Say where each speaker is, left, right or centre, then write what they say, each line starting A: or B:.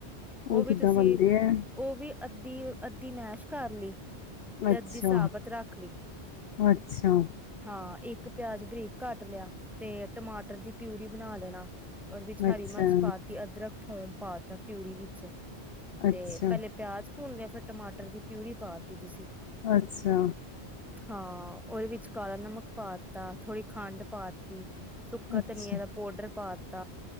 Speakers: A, in the centre; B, on the left.
A: ਉਹ ਵੀ
B: ਕਿੱਦਾਂ
A: ਤੁਸੀਂ
B: ਬਣਦੇ ਐ?
A: ਉਹ ਵੀ ਅੀ ਅੱਧੀ ਮੈਸ਼ ਕਰ ਲਈ ਤੇ
B: ਅੱਛਾ,
A: ਅੱਧੀ ਸਾਬਤ ਰੱਖ ਲਈ
B: ਅੱਛਾ,
A: ਹਾਂ ਇੱਕ ਪਿਆਜ ਬਰੀਕ ਘੱਟ ਲਿਆ ਤੇ ਟਮਾਟਰ ਦੀ ਪਿਊਰੀ ਬਣਾ ਲੈਣਾ ਉਹਦੇ ਵਿੱਚ ਹਰੀ
B: ਅੱਛਾ।
A: ਮਿਰਚ ਪਾਤੀ ਅਦਰਕ ਥੋਮ ਪਾ ਤ ਪਿਊਰੀ ਵਿੱਚ
B: ਅੱਛਾ।
A: ਤੇ ਪਹਿਲੇ ਪਿਆਜ ਹੁਣ ਲਿਆ ਫਿਰ ਟਮਾਟਰ ਦੀ ਪਿਊਰੀ ਪਾਤੀ ਤੁਸੀਂ
B: ਅੱਛਾ
A: ਹਾਂ ਉਹਦੇ ਵਿੱਚ ਕਾਲਾ ਨਮਕ ਪਾ ਤਾ ਥੋੜ੍ਹੀ ਖੰਡ ਪਾ ਤ ਸੁੱਕਾ
B: ਅੱਛਾ,
A: ਧਨੀਆ ਦਾ ਪਾਊਡਰ ਪਾ ਤ